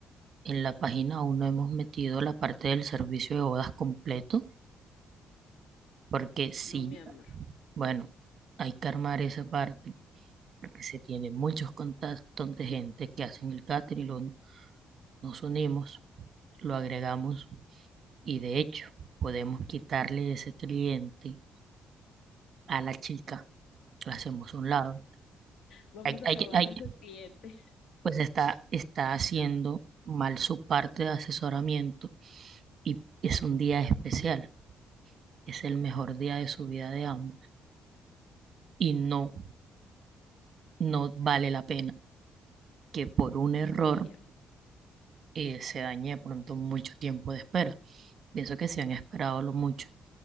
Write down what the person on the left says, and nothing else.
no, mi amor.
Vamos
a
robarle
a sus clientes.
Yo
creería,